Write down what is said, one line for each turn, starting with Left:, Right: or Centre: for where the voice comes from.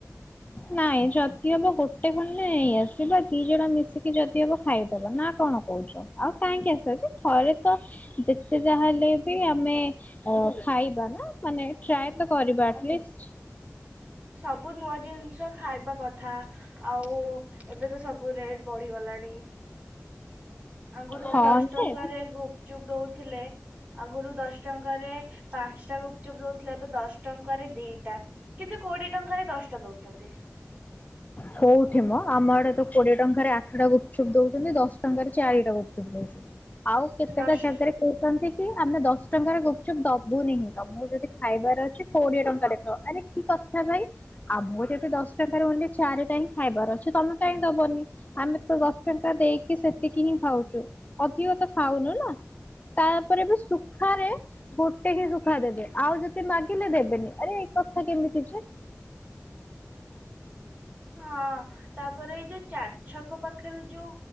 Left: ନାଇଁ ଯଦି ହବ ଗୋଟେ ଖଣ୍ଡେ ନେଇ ଆସିବା ଦି ଜଣ ମିଶିକି ଯଦି ହବ ଖାଇଦବା ନା କଣ କହୁଚ? ଆଉ କାହିଁକି ଆସଛି ଥରେ ତ ଯେତେ ଯାହା ହେଲେ ବି ଆମେ ଖାଇବା ନା ମାନେ ଟ୍ରାଏ ତ କରିବା ଏଟଲିଷ୍ଟ?
Right: ସବୁ ନୂଆ ଜିନିଷ ଖାଇବା କଥା। ଥା। ଆଉ ଏବେ ତ ସବୁ ରେଟ୍ ବଢିଗଲାଣି। <inaudible> ଆଗରୁ ତ
Left: ହଁ
Right: ଦଶ ଟଙ୍କାରେ
Left: ଯେ
Right: ଗୁପଚୁପ ଦଉଥିଲେ। ଆଗରୁ ଦଶ ଟଙ୍କାରେ ପାଞ୍ଚଟା ଗୁପଚୁପ ଦଉଥିଲେ। ଏବେ ଦଶ ଟଙ୍କାରେ ଦିଟା କିନ୍ତୁ କୋଡିଏ ଟଙ୍କାରେ ଦଶଟା ଦଉଚନ୍ତି।
Left: କୋଉଠି ମ ଆମ ଆଡେ ତ କୋଡିଏ ଟଙ୍କାରେ ଆଠଟା ଗୁପଚୁପ ଦଉଚନ୍ତି। ଦଶ ଟଙ୍କାରେ ଚାରିଟା ଗୁପଚୁପ ଦଉଚନ୍ତି। ଆଉ କେତେଟା
Right: ଦଶ
Left: ଜାଗାରେ କହୁଚନ୍ତି କି ଆମେ ଦଶ ଟଙ୍କାର ଗୁପଚୁପ ଦବୁନି ହି, ତମକୁ ଯଦି ଖାଇବାର ଅଛି କୋଡିଏ ଟଙ୍କାରେ ଖାଅ। ଆରେ କି କଥା ଭାଇ? ଆମ ଯଦି ଦଶ ଟଙ୍କାରେ ବୋଲି ଚାରିଟା ହିଁ ଖାଇବାର ଅଛି। ତମେ କାଇଁ ଦବନି? ଆମେ ତ ଦଶ ଟ ଙ୍କା ଦେଇକି ସେତିକି ହିଁ ଖାଉଚୁ। ଅଧିକ ତ ଖାଉନୁ ନା? ତାପରେ ବି ଶୁଖାରେ ଗୋଟେ ହି ଶୁଖା ଦେବେ। ଆଉ ଯଦି ମାଗିଲେ ଦେବେନି। ଆରେ ଏଇ କଥା କେମିତି ଯେ?
Right: ହଁ ତାପରେ ଏଇ ଯଉ ଚାର ଛକ ପାଖରେ ଯଉ